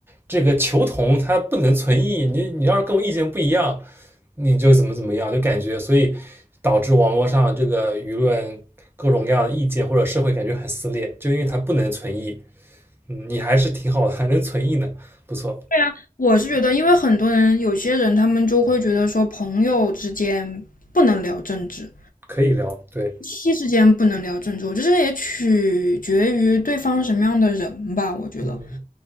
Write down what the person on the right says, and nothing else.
这个求同，他不能存异。你你要是跟我意见不一样，你就怎么怎么样，就感觉所以导致网络上这个舆论各种各样的意见或者社会感觉很撕裂，就因为他不能存异。嗯，你还是挺好的，还能存异呢，不错，
可以聊。对，
嗯